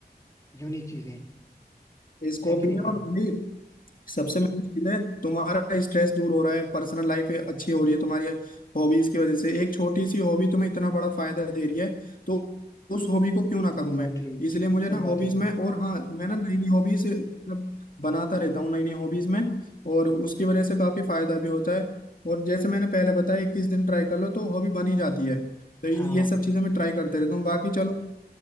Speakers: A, on the left (about 20°); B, on the left (about 55°).
A: यूनिक चीजें
B: इसको
A: है कि
B: भी
A: नहीं भाई
B: और नहीं सबसे मेन चीज है तुम्हारा स्ट्रेस दूर हो रहा है पर्सनल लाइफ अच्छी हो रही है तुम्हारी हॉबीज की वजह से एक छोटी सी हॉबी तुम्हें इतना बड़ा फायदा दे रही है तो उस हॉबी को क्यों ना करूं
A: Exactly
B: मैं
A: exactly.
B: इसलिए मुझे
A: सही
B: ना
A: बात
B: हॉबीज
A: है भाई
B: में और हाँ मैं ना नई नई हॉबीज मतलब बनाता रहता हूँ नई नई हॉबीज में और उसकी वजह से काफी फायदा भी होता है और जैसे मैंने पहले बताया इक्कीस दिन ट्राई कर लो तो हॉबी बन ही जाती है तो ये
A: हाँ हाँ।
B: सब चीजें मैं ट्राई करते रहता हूँ बाकी चलो